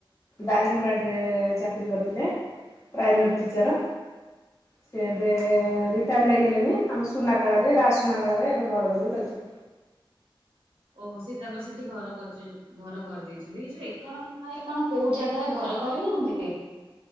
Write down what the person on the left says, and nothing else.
ଦାରିଙ୍ଗବାଡ଼ିରେ ଚାକିରି କରିଥିଲେ ପ୍ରାଇମେରୀ ଟିଚର। ସେ ଏବେ
ରିଟାୟାର୍ଡ ନେଇଗଲେଣି ଆମ ସୁନାଖେଳାରେ ରାଜସୁନାଖେଳାରେ ଏବେ ଘର କରିକି ରହିଛନ୍ତି।